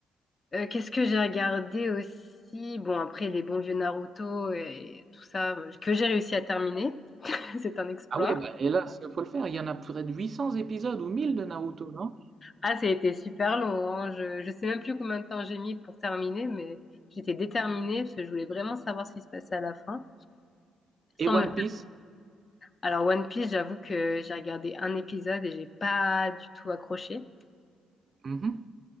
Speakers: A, on the left (about 35°); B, on the right (about 45°).
A: Euh, qu'est-ce que j'ai regardé aussi? Bon, après, les bons vieux Naruto et tout ça, euh, que j'ai réussi à terminer, <laughs> c'est un exploit.
B: Ah ouais, bah, et là, il faut le faire. Il y en a près de 800 épisodes ou 1000 de Naruto, non?
A: Ah, ça a été super long, hein. Je, je sais même plus combien de temps j'ai mis pour terminer, mais j'étais déterminée parce que je voulais vraiment savoir ce qui se passait à la fin, sans
B: Et One
A: me faire.
B: Piece.
A: Alors, One Piece, j'avoue que j'ai regardé un épisode et j'ai pas du tout accroché.
B: Mhm.